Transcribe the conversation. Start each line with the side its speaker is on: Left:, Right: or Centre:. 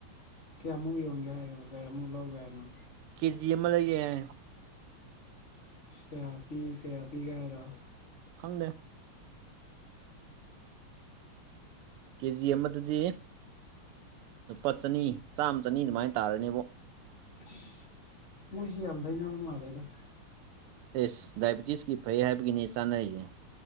Left: ꯀꯌꯥꯃꯨꯛ ꯌꯣꯟꯒꯦ ꯍꯥꯏꯅꯣ ꯀꯌꯥꯃꯨꯛ ꯂꯧꯒꯦ ꯍꯥꯏꯅꯣ
Right: ꯀꯦꯖꯤ ꯑꯃ ꯂꯩꯒꯦ ꯍꯥꯏꯌꯦ
Left: ꯀꯌꯥ ꯄꯤ ꯀꯌꯥ ꯄꯤꯒꯦ ꯍꯥꯏꯔꯣ
Right: ꯈꯪꯗꯦ ꯀꯦꯖꯤ ꯑꯃꯗꯗꯤ ꯂꯨꯄꯥ ꯆꯅꯤ ꯆꯥꯝꯃ ꯆꯅꯤ ꯑꯗꯨꯃꯥꯏꯅ ꯇꯥꯔꯅꯦꯕꯣ
Left: ꯑꯁ ꯃꯣꯏꯁꯦ ꯌꯥꯝ ꯂꯩꯅꯕ ꯃꯥꯜꯂꯦꯗ
Right: ꯏꯁ ꯗꯥꯏꯕ‌ꯦꯇꯤꯁꯀꯤ ꯐꯩ ꯍꯥꯏꯕꯒꯤꯅꯤ ꯆꯥꯅꯔꯤꯁꯦ